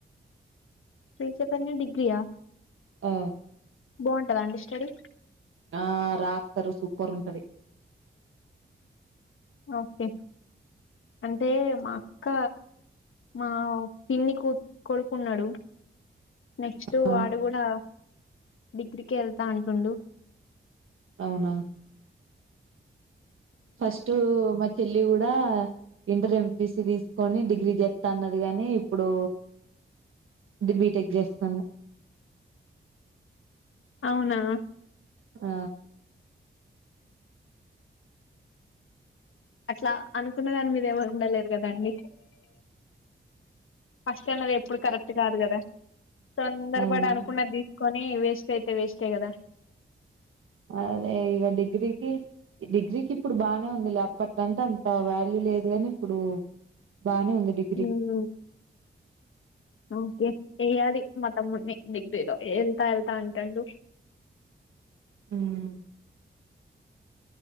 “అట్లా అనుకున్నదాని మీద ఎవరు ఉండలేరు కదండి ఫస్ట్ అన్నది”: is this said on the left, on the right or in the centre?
Left